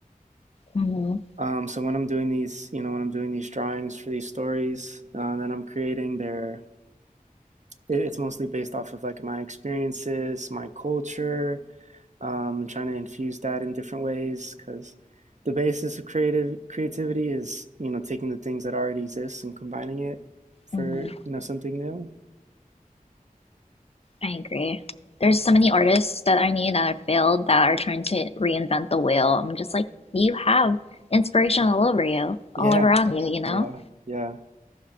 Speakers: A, on the left; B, on the right.
A: Mhm.
B: Um, so when I'm doing these, you know, when I'm doing these drawings for these stories uh, that I'm creating, they're it- it's mostly based off of like my experiences, my culture, um, and trying to infuse that in different ways because the basis of creative creativity is you know taking the things that already exist and combining it for
A: Mhm.
B: you know something new.
A: I agree. There's so many artists that I knew that have failed that are trying to reinvent the wheel. I'm just like, you have inspiration all over you,
B: Yeah,
A: all around you, you know?
B: yeah, yeah.